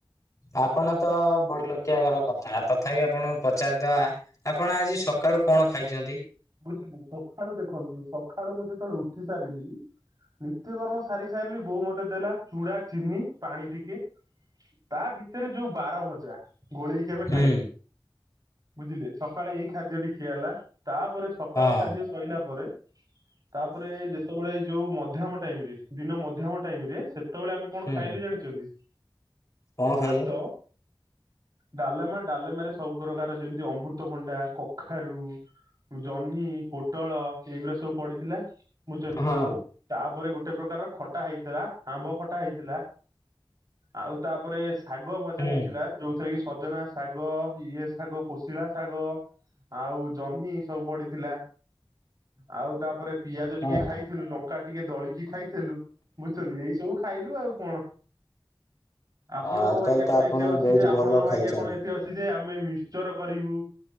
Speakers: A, on the left; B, on the right.
A: ଆପଣ ତ ବଡଲୋକିଆ ଘର କଥା ତ ତଥାପି ଆପଣଙ୍କୁ
B: ହଁ,
A: ପଚାରିଦବା ଆପଣ ଆଜି ସକାଳୁ କଣ ଖାଇଛନ୍ତି?
B: ବୁଝିଲୁ ସକାଳୁ ଦେଖନ୍ତୁ ସକାଳୁ ମୁଁ ଯେତେବେଳେ ଉଠି ସାରିଲି। ନିତ୍ୟକର୍ମ ସାରି ସାରିଲି ବୋଉ ମତେ ଦେଲା ଚୁଡା, ଚିନି ପାଣି ଟିକେ। ତା ଭିତରେ ଯୋଉ ବାର ଭଜା ଗୋଳେଇକି ଆମେ
A: ହୁଁ
B: ଖାଇଲୁ। ବୁଝିଲେ ସକାଳେ ଏଇ ଖାଦ୍ୟଟି ଖିଆ ହେଲା। ତାପରେ ସକାଳ
A: ହଁ
B: ଖାଦ୍ୟ ସଇଲା ପରେ। ତାପରେ ଯେତେବେଳେ ଯୋଉ ମଧ୍ୟମ ଟାଇମ ରେ ଦିନ ମଧ୍ୟମ ଟାଇମ ରେ ସେତ୍ ସେତେବେଳେ ଆମେ କଣ
A: ହୁଁ।
B: ଖାଇଲୁ ଜାଣିଚନ୍ତି?
A: କଣ ଖାଇଲେ?
B: ଭାତ ଡାଲେମା ଡାଲେମାରେ ସବୁ ପ୍ରକାର ଯେମିତି ଅମୃତଭଣ୍ଡା, କଖାରୁ ଜହ୍ନି, ପୋଟଳ ଏଇଗୁରା ସବୁ ପଡିଥିଲା। ବୁଝଚନ୍ତି
A: ହଁ
B: ତା ପରେ ଗୋଟେ ପ୍ରକାରର ଖଟା ହେଇଥିଲା। ଆମ୍ବ ଖଟା ହେଇଥିଲା। ଆଉ ତା ପରେ ଶାଗ ଭଜା
A: ହୁଁ
B: ହେଇଥିଲା। ଯୋଉଥିରେ କି ସଜନା ଶାଗ ଇଏ ଶାଗ କୋଶଳା ଶାଗ ଆଉ ଜହ୍ନି ସବୁ ପଡିଥିଲା। ଆଉ ତା ପରେ ପିଆଜ
A: ହଁ।
B: ଟିକେ ଖାଇଥିଲୁ। ଲଙ୍କ କା ଟିକେ ଦଳିକି ଖାଇଥେଲୁ ବୁଝୁଚନ୍ତି ଏଇ ସବୁ ଖାଇଲୁ ଆଉ କଣ। ଆପଣଙ୍କ
A: ହଁ
B: ବାଗିଆ
A: ତାହେଲେ ତ
B: କଣ
A: ଆପଣ
B: ଏତେ ଅଛି
A: ବହୁତ
B: ଯେ। ଆପଣଙ୍କ
A: ଭଲ
B: ବାଗିଆ
A: ଖାଇଛନ୍ତି।
B: କଣ ଏଥି ଅଛି ଯେ ଆମେ ମିିକ୍ଚର କରିବୁ।